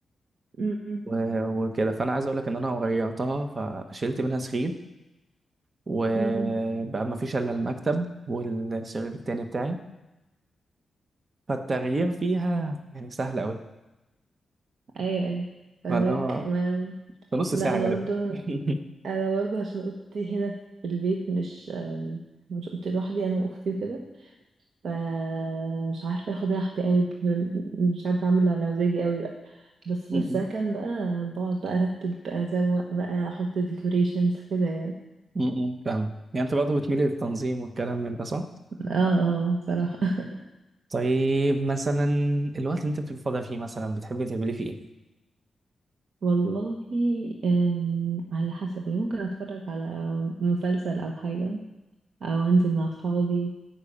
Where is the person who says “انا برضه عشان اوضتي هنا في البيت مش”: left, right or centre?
Right